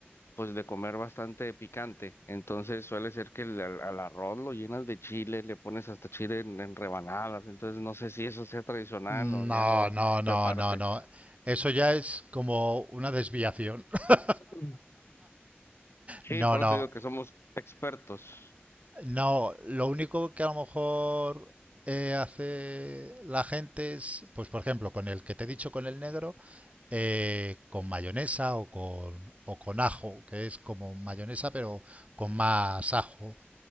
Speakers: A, on the left (about 75°); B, on the right (about 30°).
A: pues de comer bastante picante. Entonces suele ser que el- al, al arroz lo llenas de chile, le pones hasta chile en, en rebanadas. Entonces no sé si eso sea tradicional
B: no,
A: o ya no <laughs>
B: no, no,
A: sea parte.
B: no, no. Eso ya es como una desviación. <laughs>
A: Mm. Sí,
B: No,
A: por
B: no.
A: eso te digo que somos expertos.
B: No, lo único que a lo mejor eh, hace la gente es, pues por ejemplo, con el que te he dicho, con el negro, eh, con mayonesa o con, o con ajo, que es como mayonesa pero con más ajo.